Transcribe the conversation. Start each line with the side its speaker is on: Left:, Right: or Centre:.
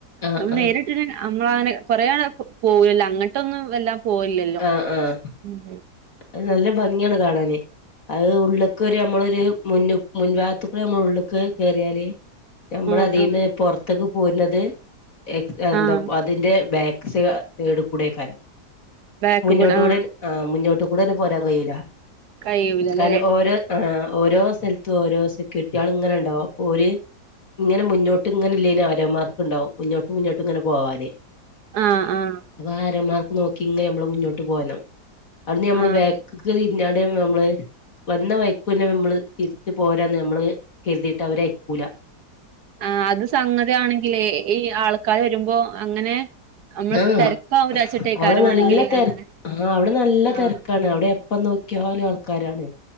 Left: ആഹ്
Right: നമ്മള് നേരിട്ടിന്
Left: ആഹ്
Right: നമ്മള അങ്ങനെ കൊറേ ആള പോവല്ലോ അങ്ങട്ടൊന്നും എല്ലാം പോവുല്ലല്ലോ
Left: ആഹ് ആഹ്
Right: ഉം
Left: അത് നല്ല ഭംഗിയാണ് കാണാന് അത് ഉള്ളൊക്ക് ര് അമ്മളൊര് മുന്ന് മുൻഭാഗത്ത് കൂടെ നമ്മള് ഉള്ള്ക്ക് കേറിയാല് നമ്മളതീന്ന്
Right: ആഹ് ആഹ്
Left: പൊറ ത്ത്ക്ക് പോര്നത് എന്താ
Right: ആഹ്
Left: അതിന്റെ ബാക്ക് സ് സൈഡ്ക്കൂടെകാരം
Right: ബാക്ക്
Left: മുന്നോട്ട്
Right: ആ
Left: കൂടെ ആഹ് മുന്നോട്ട് കൂടെന്നും പോരാൻ കയൂല്ല
Right: കഴിയൂലല്ലേ
Left: കാരണം ഓര് ആഹ് ഓരോ സ്ഥലത്തും ഓരോ സെക്യൂരിറ്റിയാള് ഇങ്ങനെണ്ടാവും ഓര് ഇങ്ങനെ മുന്നോട്ട് ഇങ്ങനെ ഇല്ലേനും ആരോമാർക്കുണ്ടാവും മുന്നോട്ട് മുന്നോട്ട് ഇങ്ങനെ പോവാന്
Right: ആഹ് ആഹ്
Left: അപ്പൊ ആരോ മാർക്ക്‌ നോക്കിങ്ങനെ നമ്മള് മുന്നോട്ട് പോര്ണം അവവ്ട്ന്ന് ഞമ്മള്
Right: ആഹ്
Left: ബാക്ക്ക്ക് തിരിഞ്ഞാട് ഞമ്മള് വന്ന വൈക്കൂന്നെ നമ്മള് തിരിച്ച് പോരാന്ന് നമ്മള് കരുതിയിട്ട് അവര് അയ്ക്കൂല
Right: ആഹ് അത് സംഗതി ആണെങ്കിലേ ഈ ആൾക്കാര് വരുമ്പോ അങ്ങനെ അ മ്മള്
Left: ആ
Right: തെരക്കാവും രാച്ച്ട്ടേയ്
Left: അവിടെ
Right: ക്കാരം മാണെങ്കില്
Left: നല്ല തെര
Right: അങ്ങനെ
Left: ആഹ് അവ്ടെ നല്ല
Right: ആഹ്
Left: തെരക്കാണ് അവിടെ എപ്പം നോക്കിയാലും ആൾക്കാരാണ്